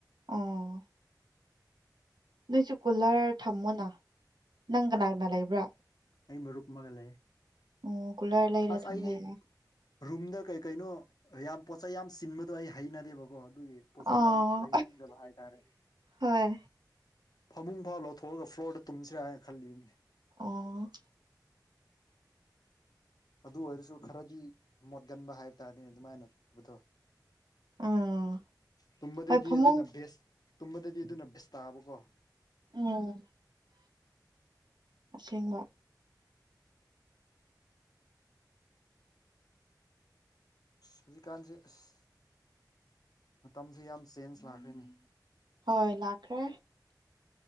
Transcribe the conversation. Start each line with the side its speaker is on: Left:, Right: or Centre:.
Right: ꯑꯣ ꯅꯣꯏꯁꯨ ꯀꯨꯂꯔ ꯊꯝꯃꯣꯅꯥ ꯅꯪ ꯀꯅꯥ ꯀꯅꯥ ꯂꯩꯕ꯭ꯔꯥ
Left: ꯑꯩ ꯃꯔꯨꯨꯞ ꯑꯃꯒ ꯂꯩꯌꯦ
Right: ꯑꯣ ꯀꯨꯂꯔ ꯂꯩꯔ
Left: ꯑꯁ
Right: ꯊꯝꯕ
Left: ꯑꯩ
Right: ꯌꯥꯏ
Left: ꯔꯨꯝꯗ ꯀꯩ ꯀꯩꯅꯣ ꯌꯥꯝ ꯄꯣꯠꯆꯩ ꯌꯥꯝ ꯆꯤꯟꯕꯗꯣ ꯑꯩ ꯍꯩꯅꯗꯦꯕꯀꯣ ꯗꯨꯒꯤ ꯄꯣꯠꯆꯩ
Right: ꯑꯣ
Left: ꯌꯥꯝ ꯂꯩꯅꯤꯡꯗꯕ ꯍꯥꯏꯇꯥꯔꯦ
Right: ꯍꯣꯏ
Left: ꯐꯃꯨꯡ ꯐꯥꯎ ꯂꯧꯊꯣꯛꯑꯒ ꯐ꯭ꯂꯣꯔꯗ ꯇꯨꯝꯁꯤꯔꯥ ꯍꯥꯏꯅ ꯈꯜꯂꯤꯕꯅꯤ
Right: ꯑꯣ
Left: ꯑꯗꯨ ꯑꯣꯏꯔꯁꯨ ꯈꯔꯗꯤ ꯃꯣꯠꯒꯟꯕ ꯍꯥꯏꯕ ꯇꯥꯔꯦꯅꯦ ꯑꯗꯨꯃꯥꯏꯅ ꯇꯧꯕꯗꯣ
Right: ꯎꯝ
Left: ꯇꯨꯝꯕꯗꯗꯤ
Right: ꯍꯣꯏ ꯐꯃꯨꯡ
Left: ꯑꯗꯨꯅ ꯕꯦꯁ ꯇꯨꯝꯕꯗꯗꯤ ꯑꯗꯨꯅ ꯕꯦꯁ ꯇꯥꯕꯀꯣ
Right: ꯎꯝ ꯑꯁꯦꯡꯕ
Left: ꯍꯧꯖꯤꯛꯀꯥꯟꯖꯦ ꯑꯁ ꯃꯇꯝꯖꯦ ꯌꯥꯝ ꯆꯦꯟꯖ ꯂꯥꯛꯈ꯭ꯔꯦꯅꯦ
Right: ꯍꯣꯏ ꯂꯥꯛꯈ꯭ꯔꯦ